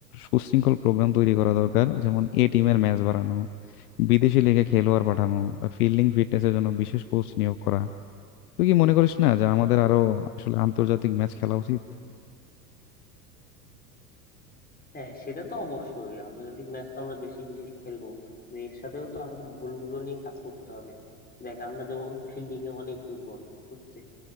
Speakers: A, on the left; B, on the left.
A: সুশৃঙ্খল প্রোগ্রাম তৈরি করা দরকার যেমন এ টিমের ম্যাচ বাড়ানো বিদেশি লিগে খেলোয়াড় পাঠানো ফিল্ডিং ফিটনেসের জন্য বিশেষ কোচ নিয়োগ করা তুই কি মনে করিস না যে আমাদের আরো আসলে আন্তর্জাতিক ম্যাচ খেলা উচিত
B: হ্যাঁ সেটা তো অবশ্যই আন্তর্জাতিক ম্যাচ তো আমরা বেশি বেশি খেলবো কিন্তু এর সাথেও তো আমাদের ভুলগুলো নিয়ে কাজ করতে হবে দেখ আমরা যেমন ফিল্ডিং এ অনেক দুর্বল বুঝছিস